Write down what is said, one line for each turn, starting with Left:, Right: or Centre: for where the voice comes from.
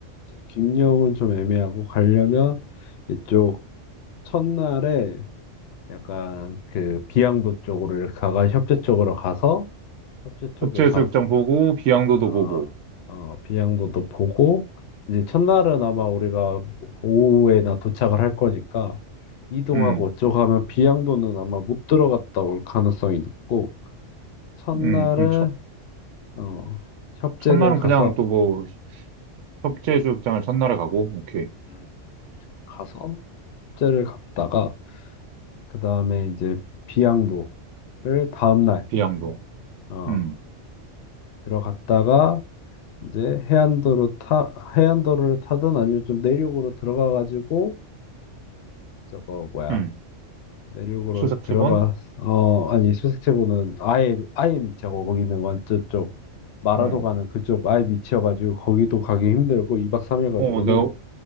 Left: 김영은 좀 애매하고 가려면 이쪽 첫날에 약간 그 비양도 쪽으로 이렇게 가가 협재 쪽으로 가서 협재 쪽에
Right: 협재해수욕장
Left: 가서
Right: 보고, 비양도도
Left: 아,
Right: 보고,
Left: 어, 비양도도 보고, 이제 첫날은 아마 우리가 오후에나 도착을 할 거니까, 이동하고
Right: 응.
Left: 어쩌고 하면 비양도는 아마 못 들어갔다 올 가능성이 높고, 첫날은,
Right: 음, 그럼 첫,
Left: 어, 협재를
Right: 첫날은
Left: 가서,
Right: 그냥 또 뭐, 협재 수욕장을 첫날에 가고, 오케이.
Left: 음. 가서, 협재를 갔다가, 그 다음에 이제 비양도를 다음날,
Right: 비양도.
Left: 어,
Right: 음,
Left: 들어갔다가, 이제 해안도로 타, 해안도로를 타든 아니면 좀 내륙으로 들어가가지고, 저거 뭐야.
Right: 음.
Left: 내륙으로
Right: 수색체본?
Left: 들어가 어 아니 수색체부는 아예 아예 밑이고 거기는 완전 쪽 마라도
Right: 어,
Left: 가는 그쪽 아예 밑이어가지고 거기도 가기 힘들고 2박 3일 가지고는
Right: 어, 내가, 어,